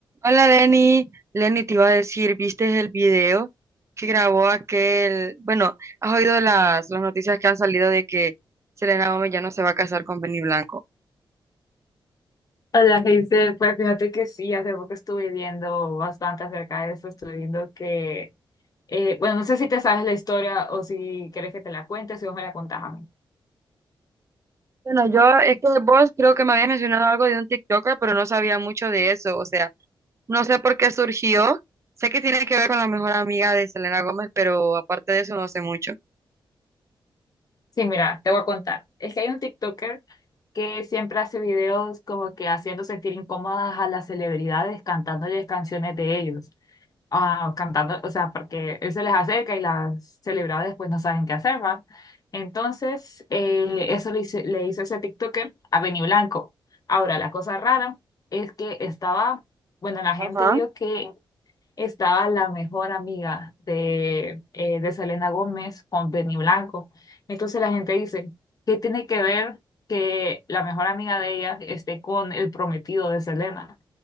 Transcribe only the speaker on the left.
Hola, Hazel. Pues fíjate que sí, hace poco estuve viendo bastante acerca de eso. Estuve viendo que, eh, bueno, no sé si te sabes la historia o si quieres que te la cuente, si vos me la contás a mí.
Sí, mira, te voy a contar. Es que hay un TikToker que siempre hace videos como que haciendo sentir incómodas a las celebridades cantándoles canciones de ellos. ah, cantando, o sea, porque él se les acerca y las celebradas después no saben qué hacer, ¿va? Entonces, eh, eso le hice- le hizo ese TikToker a Benny Blanco. Ahora, la cosa rara es que estaba, bueno, la gente
vio que estaba la mejor amiga de, eh, de Selena Gómez con Benny Blanco. Entonces la gente dice, ¿qué tiene que ver que la mejor amiga de ella esté con el prometido de Selena?